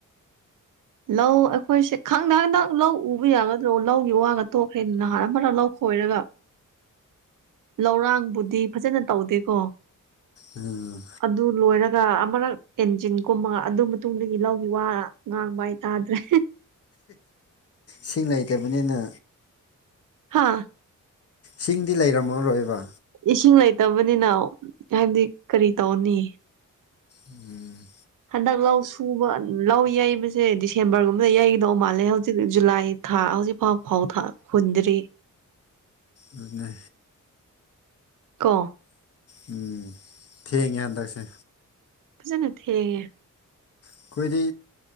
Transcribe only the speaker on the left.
ꯎꯝ
ꯁꯤꯡ ꯂꯩꯇꯕꯅꯤꯅ
ꯁꯤꯡꯗꯤ ꯂꯩꯔꯝꯃꯔꯣꯏꯕ
ꯎꯝ
ꯑꯗꯨꯅꯦ
ꯎꯝ ꯊꯦꯡꯒ ꯍꯟꯗꯛꯁꯦ
ꯑꯩꯈꯣꯏꯗꯤ